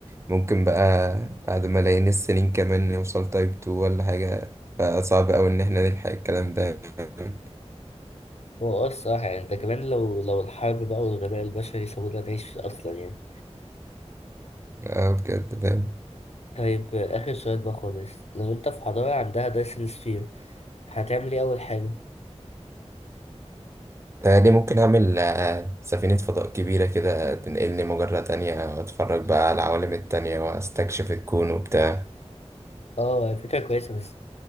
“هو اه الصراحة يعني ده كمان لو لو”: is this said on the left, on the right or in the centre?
Left